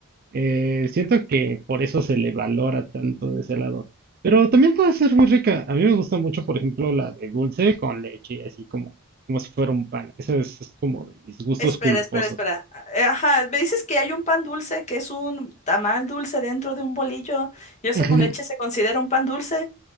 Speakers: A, on the right; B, on the left.
A: eh, siento que por eso se le valora tanto de ese lado. Pero también puede ser muy rica. A mí me gusta mucho, por ejemplo, la de dulce con leche, así como, como si fuera un pan. Eso es, es como de mis gustos
B: Espera,
A: culposos.
B: espera, espera. Eh, Ajá, me dices que hay un pan dulce, que es un tamal dulce dentro de un bolillo, y eso
A: Ujú.
B: con leche
A: <laughs>
B: se considera un pan dulce.